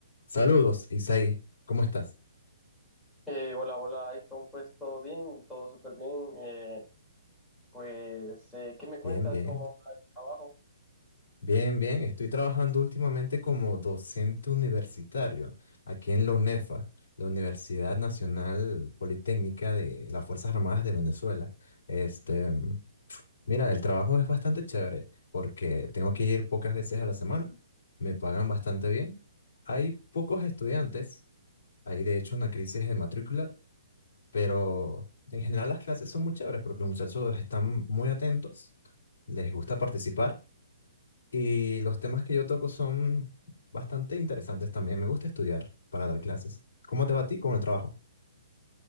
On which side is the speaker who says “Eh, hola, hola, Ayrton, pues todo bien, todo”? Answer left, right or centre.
Centre